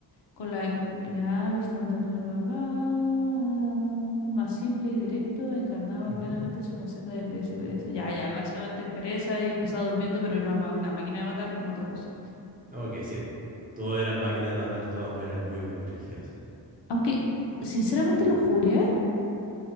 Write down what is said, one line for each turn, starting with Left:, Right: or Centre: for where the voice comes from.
Left: Con la exp- ya viste contando bla bla bla, más simple y directo, encarnaba
Right: ujú.
Left: plenamente su faceta de pereza y pereza. Ya, ya, básicamente es pereza y pasaba durmiendo, pero era ma- una máquina de matar como todos.
Right: Ok, sí. po. Todo era máquina de matar, todas eran muy, muy rígidas.
Left: Aunque, sinceramente, Lujuria